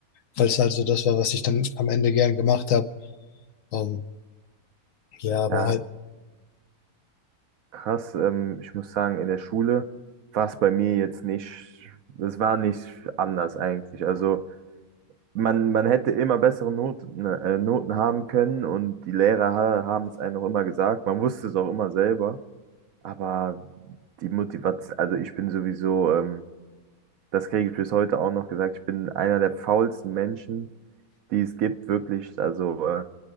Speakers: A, on the left; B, on the right.
A: weil es halt so das war, was ich dann am Ende gern gemacht habe. Ähm, ja, aber
B: Ja,
A: halt,
B: krass. Ähm, ich muss sagen, in der Schule war es bei mir jetzt nicht, es war nicht anders eigentlich. Also man, man hätte immer bessere Noten, ne, äh, Noten haben können und die Lehrer ha haben es einem auch immer gesagt. Man wusste es auch immer selber. Aber die Motivation, also ich bin sowieso, ähm, das kriege ich bis heute auch noch gesagt, ich bin einer der faulsten Menschen, die es gibt, wirklich. Also äh,